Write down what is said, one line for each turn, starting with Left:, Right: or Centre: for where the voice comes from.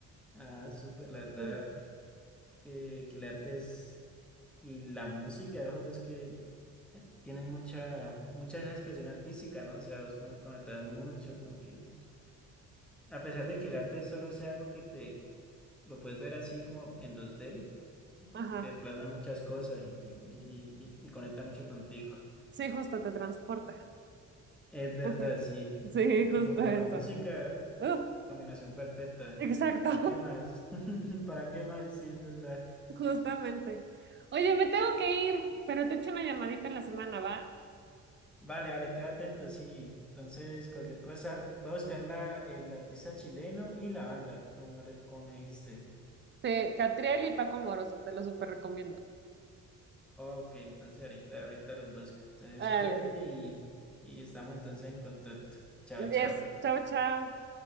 Centre: Ah, súper, la verdad
Right: Mm,
Centre: que, que el arte es y la música, los dos que eh, tienen mucha, mucha esa expresión artística, ¿no? O sea, vos como que conectas mucho, como que a pesar de que el arte solo sea algo que te lo puedes ver así como en dos d
Right: Ajá,
Centre: te plana muchas cosas y, y, y, y- y conecta mucho contigo.
Right: sí, justo te transporta.
Centre: Es verdad,
Right: <laughs>
Centre: sí.
Right: Sí, justo
Centre: Y junto
Right: eso.
Centre: a la música,
Right: Uf,
Centre: combinación perfecta.
Right: exacto,
Centre: ¿Para qué más? <laughs> ¿Para qué más? Sí, es verdad.
Right: <laughs> justamente. Oye, me tengo que ir, pero te echo una llamadita en la semana, ¿va?
Centre: Vale, vale, queda atento, sí. Entonces, cualquier cosa, voy a buscar la, el artista chileno y la banda, como me, re- como me dijiste.
Right: Sí, Catriel y Paco Moroso, te lo súper recomiendo.
Centre: Ok, entonces ahorita, ahorita los busco. Entonces,
Right: Dale.
Centre: cuídate y, y estamos entonces en contacto. Chao, chao.
Right: Yes, chao, chao.